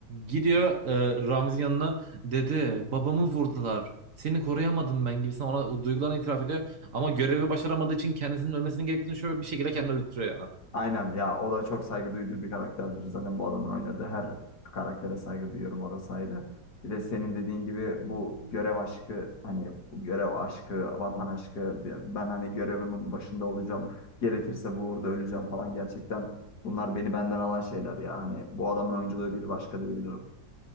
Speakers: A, on the right (about 50°); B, on the left (about 65°).
A: Gidiyor e, Ramiz'in yanına dede babamı vurdular. Seni koruyamadım ben gibisinden ona o duygularını itiraf ediyor. Ama görevi başaramadığı için kendisinin ölmesinin gerektiğini şöyle bir şekilde kendini öldürtüyor yani.
B: Aynen ya o da çok saygı duyduğu bir karakterdir. Zaten bu adamın oynadığı her karaktere saygı duyuyorum orası ayrı. Bir de senin dediğin gibi bu görev aşkı hani bu görev aşkı, vatan aşkı ben hani görevimin başında olacağım. Gerekirse bu uğurda öleceğim falan gerçekten bunlar beni benden alan şeyler ya. Hani bu adamın oyunculuğu bir başka diyebilirim.